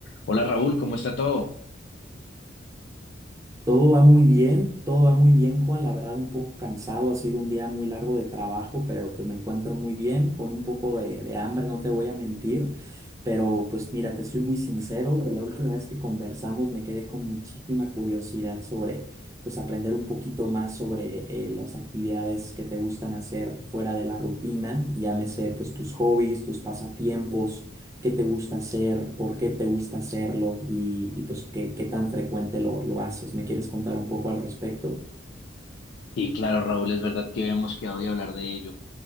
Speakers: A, on the left; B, on the right.
A: Hola Raúl, ¿cómo está todo?
B: Todo va muy bien, todo va muy bien, Juan. La verdad, un poco cansado, ha sido un día muy largo de trabajo, pero pues me encuentro muy bien, con un poco de, de hambre, no te voy a mentir. Pero pues mira, te soy muy sincero, la última vez que conversamos me quedé con muchísima curiosidad sobre, pues aprender un poquito más sobre eh, las actividades que te gustan hacer fuera de la rutina, llámese pues tus hobbies, tus pasatiempos qué te gusta hacer, por qué te gusta hacerlo y, y, pues qué, qué tan frecuente lo, lo haces. ¿Me quieres contar un poco al respecto?
A: Sí, claro, Raúl, es verdad que habíamos quedado de hablar de ello.